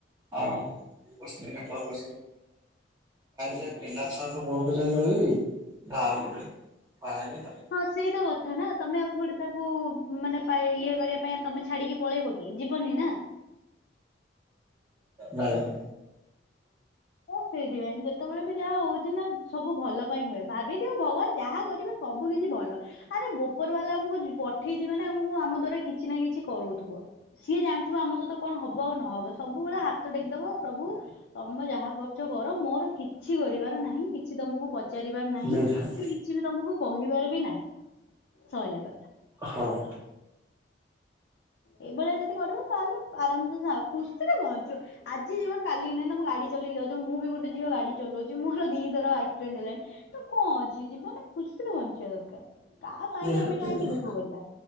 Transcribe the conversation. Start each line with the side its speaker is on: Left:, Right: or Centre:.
Right: ଆଉ <unintelligible> <unintelligible> ଯାଇକି ଯ ପିଲା ଛୁଆଙ୍କ ମୁହକୁ ଯାଇକି ରହିବି। ଆଉ ଗୋଟେ ବାହା ହେଇନି ତ?
Left: ହଁ ସେଇତ କଥା ନା ତମେ ଆଉ ଥଡ଼େ ତାକୁ ମାନେ ପାଇ ଇଏ କରିବା ପାଇଁ ତମେ ଛାଡ଼ିକି ପଳେଇବ କି ଯିବନି ନା।
Right: ନାଇଁତ।
Left: ହ ସେଇଥିପାଇଁ ଯେତେବେଳେ ବି ଯାହା ହଉଛି ନା ସବୁ ଭଲ ପାଇଁ ହୁଏ ଭାବିଦିଅ ଭଗବାନ ଯାହା କରିବେ ସବୁ କିଛି ଭଲ ଆରେ ବୋପର ବାଲା ଆମକୁ ଜ ପଠେଇଛି ମାନେ ଆମକୁ କୁ ଆମ ଦ୍ଵାରା କିଛିନା କିଛି କରଉଥିବ ସିଏ ଜାଣିଥିବ ଆମ ସହିତ କଣ ହବ ନହବ। ସବୁବେଳେ ହାତ ଟେକିଦବ ପ୍ରଭୁ ତମେ ଯାହା କ ଚ କର ମୋର କିଛି କରିବାର ନାହିଁ କିଛି ତମକୁ ପ ଚାରିବାର ନାହିଁ
Right: ନିହାତି
Left: କି କିଛି ବି ତମକୁ କହିବାର ବି ନାହିଁ ସଇଲା କଥା।
Right: ହଁ।
Left: ଏଇଭଳିଆ ଯଦି କରିବ ତାହେଲେ ଆରାମସେ ଖୁସିରେ ବଞ୍ଚିବ। ଆଜି ଜୀବନ କାଲିିକି ନାହିଁ ତମେ ଗାଡ଼ି ଚଲେଇକି ଯାଉଛ ମୁଁ ବି ଗୋଟେ ଝିଅ ଗାଡ଼ି ଚଲଉଛି ମୋର ଦି ଥର ଆକ୍ସିଡେଣ୍ଟ ହେଲାଣି। ତ କଁ ଅଛି ଜୀବନ ଖୁସିରେ ବଞ୍ଚିବା ଦରକାର ତା ପାଇଁ
Right: ନିହାତି
Left: ଆମେ କାହିଁକି
Right: ଆଉ।
Left: ଦୁଃଖ କରିବା।